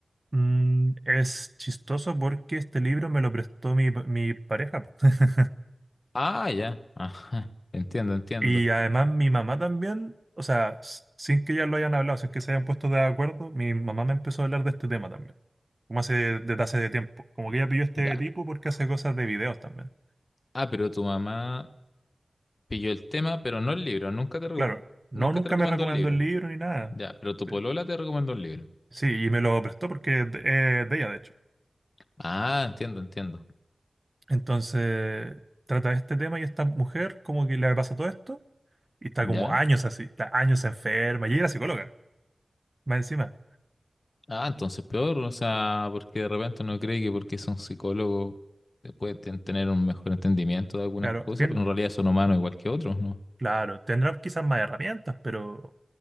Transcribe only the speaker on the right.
Mm, es chistoso porque este libro me lo prestó mi, mi pareja. <laughs>
Y además mi mamá también, o sea, s- sin que ya lo hayan hablado, sin que se hayan puesto de acuerdo, mi mamá me empezó a hablar de este tema también. como hace desde hace de tiempo. Como que ella pilló este
tipo porque hace cosas de videos también.
Claro, no,
nunca
me recomendó
el libro ni nada.
Eh,
Sí, y me lo prestó porque es de, eh, de ella, de hecho.
Entonces, trata este tema y esta mujer como que le pasa todo esto y está como
años así, está años enferma y ella era psicóloga, más encima.
Claro,
tien-
claro, tendrá quizás más herramientas, pero